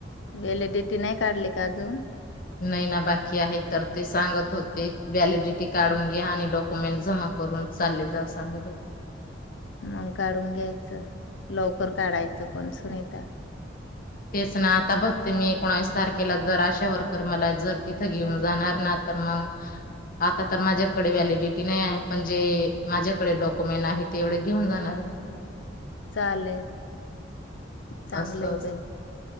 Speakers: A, on the left (about 75°); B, on the left (about 50°).
A: व्हॅलिडिटी नाही काढली का अजून
B: नाही ना बाकी आहे तर ते सांगत होते व्हॅलिडिटी काढून घ्या आणि डॉक्युमेंट जमा करून चालले जा सांगत होते
A: मग काढून घ्यायचं लवकर काढायचं पण सुनीता
B: तेच ना आता बघते मी एकोणावीस तारखेला जर अशा वर्कर मला जर तिथं घेऊन जाणार ना तर मग आता तर माझ्याकडे व्हलिडिटी नाही आहे पण जे माझ्याकडे डॉक्युमेंट आहे ते एवढे घेऊन जाणार
A: चालेल चांगलं
B: असतं
A: आहे
B: अस
A: बाई